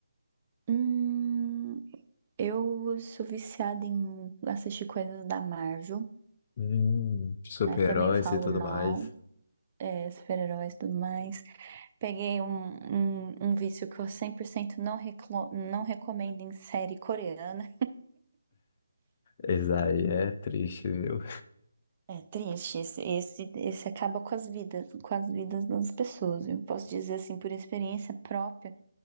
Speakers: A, on the right; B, on the left.
A: Hum, eu sou viciada em assistir coisas da Marvel.
B: Hum, super-heróis
A: Mas também eu falo
B: e tudo
A: mal,
B: mais.
A: é, super-heróis e tudo mais. Peguei um, um, um vício que eu 100% não, reclo- não recomendo em série coreana.
B: Isso aí é triste, viu?
A: É triste, esse, esse, esse acaba com as vidas, com as vidas das pessoas. Eu posso dizer assim por experiência própria,